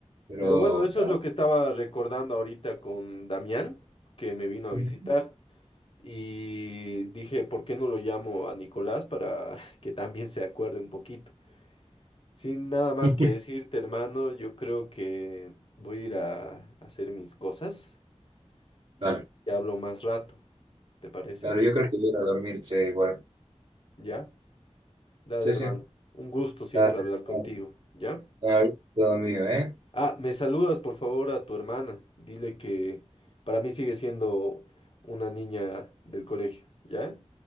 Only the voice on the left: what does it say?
Pero bueno, eso
es lo que estaba recordando ahorita con Damián, que me vino a
visitar. Y dije, ¿por qué no lo llamo a Nicolás para <laughs> que también se acuerde un poquito? Sin nada más
que decirte, hermano, yo creo que voy a ir a hacer mis cosas y
te hablo más rato, ¿te parece?
¿Ya? Dale,
hermano.
Un gusto siempre
hablar contigo,
¿ya?
Ah, me saludas, por favor, a tu hermana. Dile que para mí sigue siendo una niña del colegio, ¿ya?